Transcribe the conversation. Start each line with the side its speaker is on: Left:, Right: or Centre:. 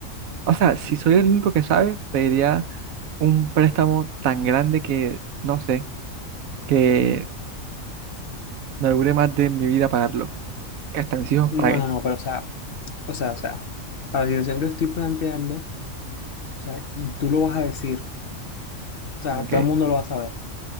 Right: o sea, si soy el único que sabe, pediría un préstamo tan grande que, no sé. que no dure más de mi vida pagarlo, que hasta mis hijos paguen.
Left: No, no, no, pero o sea, o sea, o sea, para la situación que estoy planteando, O sea, tú lo vas a decir. O sea,
Right: Ok,
Left: todo el mundo lo va a saber.